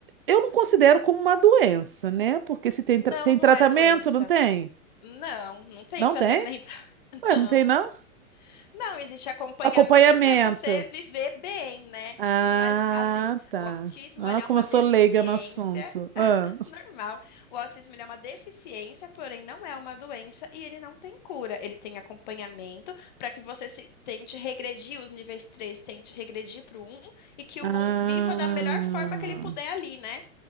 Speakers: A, on the right; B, on the left.
A: eu não considero como uma doença, né? Porque se tem,
B: não,
A: tra- tem
B: não
A: tratamento,
B: é doença.
A: não tem?
B: Não, não tem
A: Não
B: tratamento,
A: tem?
B: <laughs>
A: Ué,
B: não.
A: não tem, não?
B: Não, existe acompanhamento
A: Acompanhamento.
B: para você viver bem, né?
A: Ah,
B: Mas, assim,
A: tá.
B: o autismo,
A: Ah,
B: ele é
A: como
B: uma
A: eu sou
B: deficiência
A: leiga no assunto. Ah,
B: Normal. O autismo ele é uma deficiência, porém não é uma doença e ele não tem cura. Ele tem acompanhamento para que você se tente regredir os níveis 3, tente regredir para o um e que
A: ah
B: o um viva da melhor forma que ele puder ali, né?